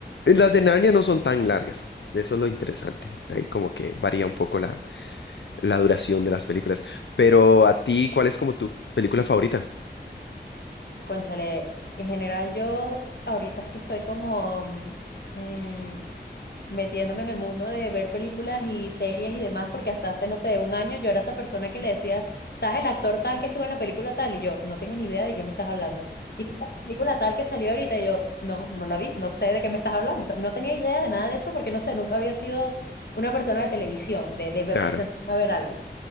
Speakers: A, on the left; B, on the left.
A: Las de Narnia no son tan largas. Eso es lo interesante. Ahí como que varía un poco la. la duración de las películas. Pero a ti, ¿cuál es como tu película favorita?
B: Cónchale, en general yo ahorita es que estoy como mm, mm, metiéndome en el mundo de ver películas y series y demás, porque hasta hace, no sé, un año yo era esa persona que le decías, ¿sabes el actor tal que estuvo en la película tal? Y yo, no tengo ni idea de quién me estás hablando. Y la película tal que salió ahorita, y yo, no, no la vi, no sé de qué me estás hablando. O sea, no tenía idea de nada de eso porque, no sé, nunca había sido una persona de televisión, de, de ver-
A: Claro.
B: sentarme a ver algo.